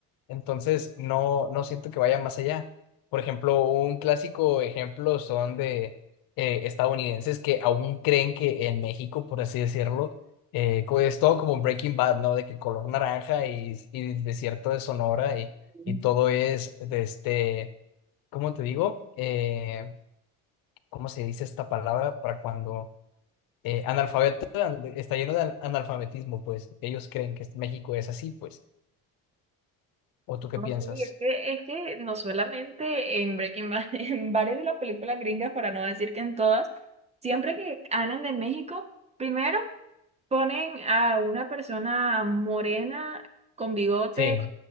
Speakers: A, on the left (about 70°); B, on the right (about 20°).
A: Entonces, no, no siento que vaya más allá. Por ejemplo, un clásico ejemplo son de eh, estadounidenses que aún creen que en México, por así decirlo, eh, co- es todo como Breaking Bad, ¿no? De que color naranja y, y el desierto de Sonora y,
B: <laughs>
A: y todo es de este, ¿cómo te digo? Eh, ¿cómo se dice esta palabra para cuando eh, analfabeto an- está lleno de an- analfabetismo? Pues ellos creen que México es así, pues. ¿O tú qué
B: No,
A: piensas?
B: sí, es que, es que no solamente en Breaking Bad, <laughs> en varias de las películas gringas, para no decir que en todas, siempre que hablan de México, primero Ponen a una persona morena con bigote
A: Sí,